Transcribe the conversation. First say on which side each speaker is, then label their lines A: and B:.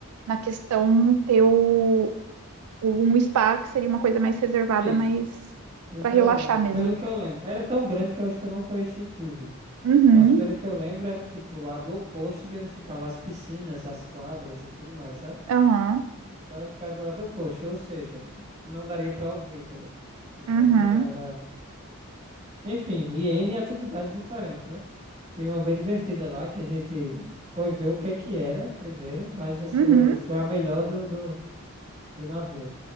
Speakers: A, on the right (about 80°); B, on the right (about 30°).
A: na questão ter o, um spa, que seria uma coisa mais reservada,
B: isso.
A: mais
B: Então,
A: para relaxar mesmo.
B: pelo que eu lembro, era tão grande que eu acho que eu não conheci tudo.
A: Uhum,
B: Mas pelo que eu lembro, era tipo o lado oposto de onde ficavam as piscinas, as quadras e tudo mais, sabe?
A: aham,
B: Então ele ficava do lado oposto, ou seja, não daria pra ouvir, entendeu? Então
A: uhum,
B: era, era Enfim, e N atividades diferentes, né? Tem uma bem divertida lá que a gente foi ver o que é que era primeiro, mas achou,
A: uhum,
B: foi a melhor do, do, do navio.